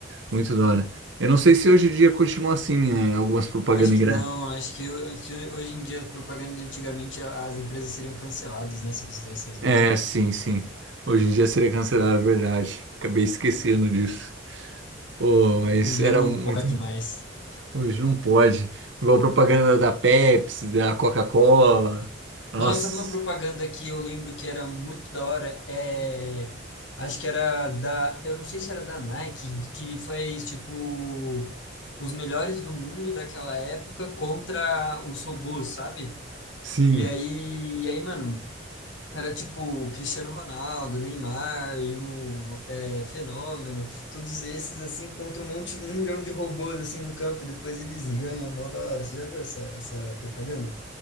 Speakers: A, on the right; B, on the left.
A: Muito da hora. Eu não sei se hoje em dia continua assim, é, algumas propagandas
B: Acho que
A: engraçadas.
B: não. Acho que ho- se hoje em dia, as propagandas de antigamente, a- as empresas seriam canceladas, né? Se eles fizessem as
A: É,
B: mesmas.
A: sim, sim. Hoje em dia seria cancelado, é verdade. Acabei esquecendo disso. Oh, mas
B: Hoje em dia
A: era
B: não
A: muito.
B: pode mais.
A: Hoje não pode. Igual propaganda da Pepsi, da Coca-Cola. Nossa,
B: Nossa, uma propaganda que eu lembro que era muito da hora é. Acho que era da. Eu não sei se era da Nike, que faz tipo. Os melhores do mundo daquela época contra os robôs, sabe?
A: sim.
B: E aí, e aí, mano, era tipo o Cristiano Ronaldo, Neymar e o é, Fenômeno, todos esses assim contra um monte, um milhão de robôs assim no campo e depois eles ganham, mó da hora. Você já viu essa, essa propaganda?